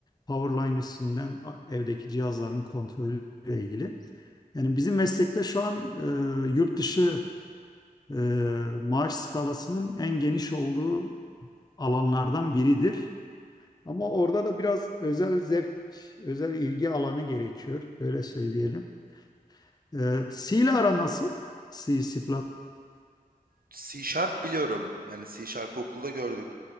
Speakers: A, on the left (about 25°); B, on the right (about 70°).
A: Powerline üstünden a- evdeki cihazların kontrolüyle ilgili. Yani bizim meslekte şu an e, yurt dışı e, maaş skalasının en geniş olduğu alanlardan biridir. Ama orada da biraz özel zevk, özel ilgi alanı gerekiyor. Öyle söyleyelim. Ee, C ile ara nasıl? C, C++.
B: C Sharp biliyorum. Yani C Sharp'ı okulda gördük.